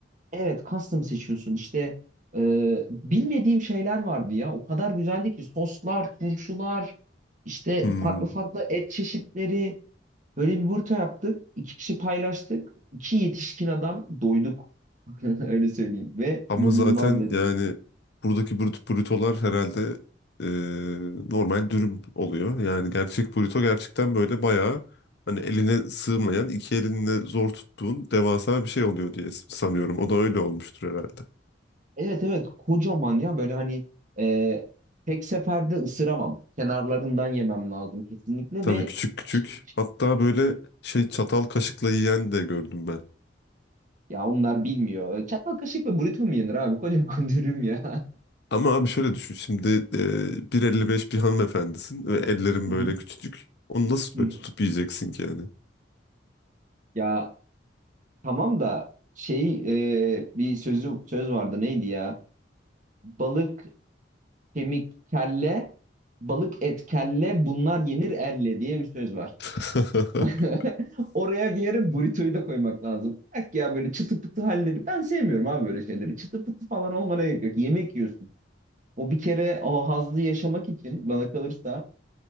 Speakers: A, on the right; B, on the left.
A: Evet custom seçiyorsun. İşte e, bilmediğim şeyler vardı ya. O kadar güzeldi ki soslar, turşular, işte
B: Hmm.
A: farklı farklı et çeşitleri. Böyle bir burta yaptık. İki kişi paylaştık. İki yetişkin adam doyduk. <laughs> Öyle söyleyeyim. Ve
B: Ama
A: inanılmaz
B: zaten
A: lezzetli.
B: yani buradaki brut, brutolar herhalde e, normal dürüm oluyor. Yani gerçek bruto gerçekten böyle bayağı hani eline sığmayan iki elinle zor tuttuğun devasa bir şey oluyor diye sanıyorum. O da öyle olmuştur herhalde.
A: Evet evet kocaman ya böyle hani e, tek seferde ısıramam. Kenarlarından yemem lazım kesinlikle
B: Tabii
A: ve
B: küçük
A: iç,
B: küçük.
A: iç.
B: Hatta böyle şey çatal kaşıkla yiyen de gördüm ben.
A: Ya onlar bilmiyor. Çatal kaşık ve burrito mu yenir abi? Kocaman <laughs> dürüm ya.
B: Ama abi şöyle düşün şimdi e, bir elli beş bir hanımefendisin ve ellerin
A: Hı hı,
B: böyle küçücük. Onu nasıl
A: hı
B: böyle
A: hı.
B: tutup yiyeceksin ki yani?
A: Ya tamam da şey e, bir sözü söz vardı neydi ya? Balık kemik kelle, balık et kelle bunlar yenir elle diye bir söz var.
B: <laughs>
A: <laughs> Oraya bir yere burrito'yu da koymak lazım. Bak ya böyle çıtı pıtı halleri. Ben sevmiyorum abi böyle şeyleri. Çıtı pıtı falan olmana gerek yok. Yemek yiyorsun. O bir kere o hazzı yaşamak için bana kalırsa